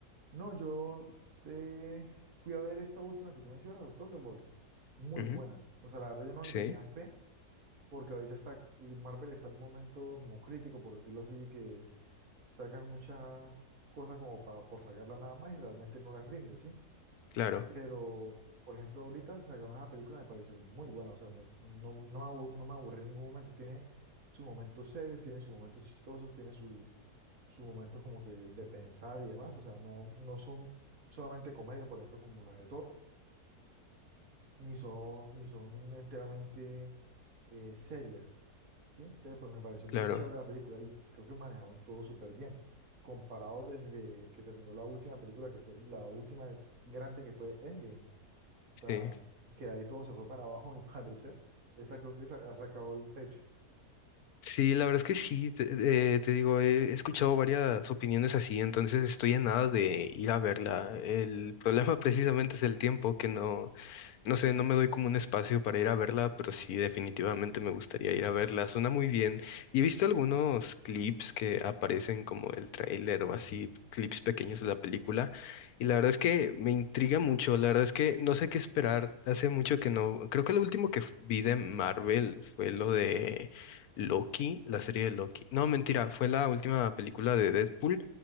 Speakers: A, on the right; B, on the left.
A: no, yo eh, fui a ver esta última que tú mencionas, los Thunderbolts, muy
B: Ujú,
A: buena, o sea, la verdad yo no
B: Sí,
A: le tenía fe porque ahorita está, Marvel está en un momento como crítico, por decirlo así, que sacan muchas cosas como pa- por sacarla nada más y realmente no les rinde, ¿sí?
B: claro.
A: Pero, por ejemplo, ahorita sacaron esa película, me pareció muy buena, o sea, me- no, no, me abur- no me aburrí en ningún momento, tiene sus momentos serios, tiene sus momentos chistosos, tiene su sus momentos como que de pensar y demás, o sea, no, no son solamente comedia, por ejemplo, como las de Thor, ni son, ni son enteramente eh, serias, ¿sí? Entonces, pues me pareció
B: Claro,
A: muy chévere la película y creo que manejaron todo súper bien. Comparado desde que terminó la última película, que fue la última grande que fue Endgame. O sea,
B: sí.
A: que ahí todo se fue para abajo, a mi <laughs> parecer. Esta creo que se ha sacado el pecho.
B: Sí, la verdad es que sí, te, eh, te digo, he escuchado varias opiniones así, entonces estoy en nada de ir a verla.
A: Mm,
B: El problema <laughs> precisamente es el tiempo, que no, no sé, no me doy como un espacio para ir a verla, pero sí, definitivamente me gustaría ir a verla. Suena muy bien. Y he visto algunos clips que aparecen como el tráiler o así, clips pequeños de la película, y la verdad es que me intriga
A: ¿Perdón?
B: mucho, la verdad es que no sé qué esperar. Hace mucho que no, creo que lo último que f- vi de Marvel fue lo de... Loki, la serie de Loki. No, mentira, fue la última película de Deadpool,